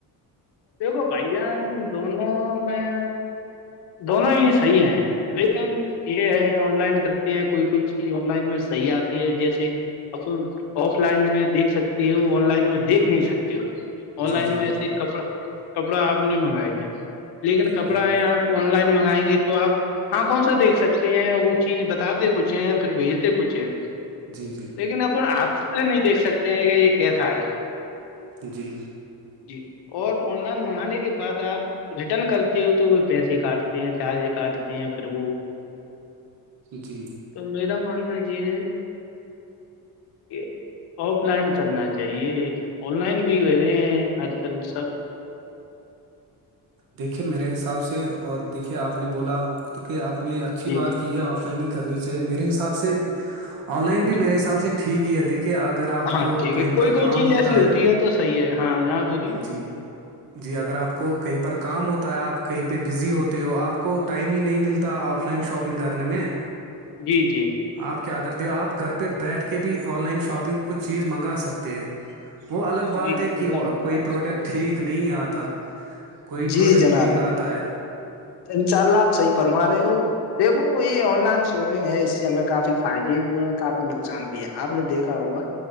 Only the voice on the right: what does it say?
جی
جی
جی
جی جی
جی
جی
دیکھیے میرے حساب سے اور دیکھیے آپ نے بولا دیکے آپ نے اچھی
بات کی ہے آف لائن ہی کرنی چاہیے میرے حساب سے آن لائن بھی
میرے حساب سے ٹھیک ہی ہے دیک کہ اگر آپ
کو
کہیں
پر
کام
ہوتا
ہے
جی جی اگر آپ کو کہیں پر کام ہوتا ہے آپ کہیں پہ بزی ہوتے ہو آپ کو ٹائم ہی نہیں مل ملتا آف لائن شاپنگ کرنے میں
آپ کیا کرتے ہو آپ گھر پہ بیٹھ کے بھی آن لائن شاپنگ کچھ چیز منگا سکتے تھ وہ الگ بات
ہے کہ
وہ
کوئی
پروڈکٹ
ٹھیک نہیں آتا کوئی
پروڈکٹ
ٹھیک آتا ہے